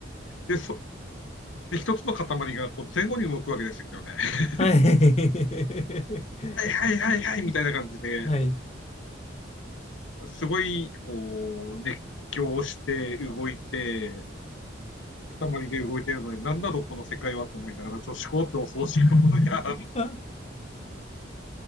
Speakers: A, on the left; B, on the left.
A: で、そで一つの塊がこう前後に動くわけですよね。<laughs>
B: はい。
A: はいはいはいはいみたいな感じで、
B: <laughs> はい。
A: すごいこう、熱狂して動いて、塊で動いているので、なんだろうこの世界はと思いながら、女子校って恐ろしいことにあ
B: <laughs>